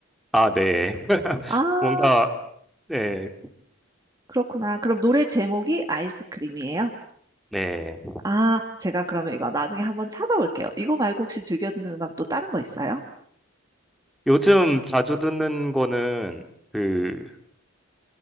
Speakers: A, in the centre; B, on the right.
A: 아, 네. <laughs>
B: 아,
A: 뭔가, 네,
B: 그렇구나. 그럼 노래 제목이 아이스크림이에요?
A: 네.
B: 아, 제가 그러면 이거 나중에 한번 찾아볼게요. 이거 말고 혹시 즐겨 듣는 음악 또 다른 거 있어요?
A: 요즘 자주 듣는 거는, 그,